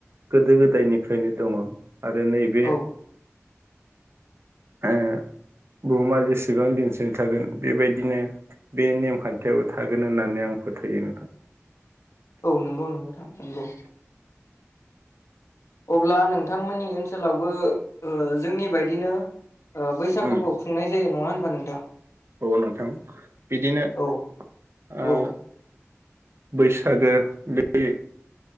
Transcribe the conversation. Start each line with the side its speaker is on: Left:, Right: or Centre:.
Right: गोदो गोदायनिफ्रायनो दङ। आरो नैबे
Left: औ
Right: ओ बुहुमा जेसेबां दिनसिम थागोन बेबायदिनो बे नेम खान्थियाबो थागोन होननानै आं फोथायो नोंथां।
Left: औ नोंगौ नोंथां नंगौ। अब्ला नोंथांमोननि ओनसोलावबो ओ जोंनि बायदिनो ओ बैसागुखौ
Right: उम
Left: खुंनाय जे नङा होनबा नोंथां।
Right: औ नोंथां बिदिनो
Left: औ
Right: ओ
Left: औ
Right: बैसागो बे